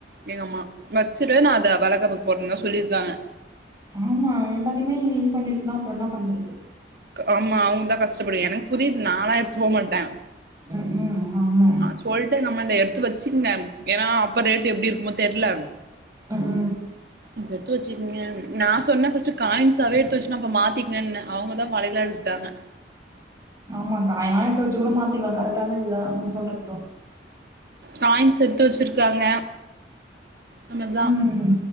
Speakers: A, on the right (about 55°); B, on the right (about 20°).
A: எங்க அம்மா வச்சுடு நா அத வழக்காப்புக்கு போட்டேன்னு தா சொல்லியிருக்காங்க
B: ஆமா எல்லாத்தையுமே இது பண்ணிட்டு னா அப்பறோ என்ன பண்
A: ஆமா அவுங்க தா கஷ்டப்படு எனக்கு புரியுது நாலா போமாட்டே
B: ம் ம் ஆமா.
A: ம் சொல்ட்டே நம்ம எடு த்து வச்சுருந்தே ஏன்னா அப்ப ரேட்டு எப்டி இருக்குமோ தெர்லம்
B: ஆ உ
A: ப்ப எடுத்து வச்சுக்கீங்க நா சொன்ன காயின்சே எடுத்து வச்சுன்னா அப்ப மாத்திக்கங்கன்னு அவுங்க தா வலையிலா எடுத்துட்டாங்க
B: ஆமா காயிலா வச்சு கூட மாத்திவே கரெக்ட் டான இதுதா அங்கு சொல்றட்டு
A: காயின்ஷ் எடுத்து வச்சுருக்காங்க நமர் தா
B: ம்.